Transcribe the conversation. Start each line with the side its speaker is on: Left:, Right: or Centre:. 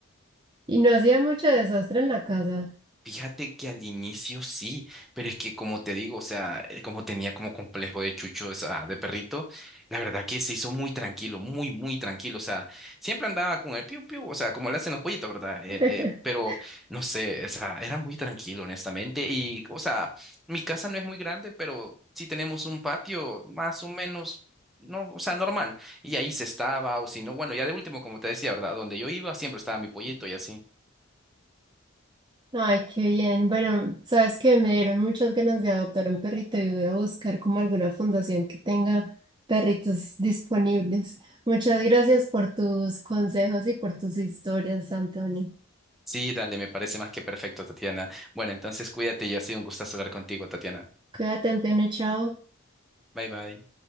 Right: y no hacía mucho desastre en la casa.
Centre: Fíjate que al inicio sí, pero es que como te digo, o sea, eh, como tenía como complejo de chucho, o sea, de perrito, la verdad que se hizo muy tranquilo, muy, muy tranquilo, o sea, siempre andaba con el piu piu, o sea, como le hacen los pollitos, ¿verdad? El,
Right: <laughs>
Centre: eh, pero no sé, o sea, era muy tranquilo, honestamente, y, o sea, mi casa no es muy grande, pero sí tenemos un patio más o menos. No, o sea, normal. Y ahí se estaba, o si no, bueno, ya de último, como te decía, ¿verdad? Donde yo iba siempre estaba mi pollito y así.
Right: Ay, qué bien. Bueno, sabes que me dieron muchas ganas de adoptar un perrito y voy a buscar como alguna fundación que tenga perritos disponibles. Muchas gracias por tus consejos y por tus historias, Antonio.
Centre: Sí, dale, me parece más que perfecto, Tatiana. Bueno, entonces cuídate y ha sido un gusto hablar contigo, Tatiana.
Right: Cuídate, Antonio, chao.
Centre: Bye bye.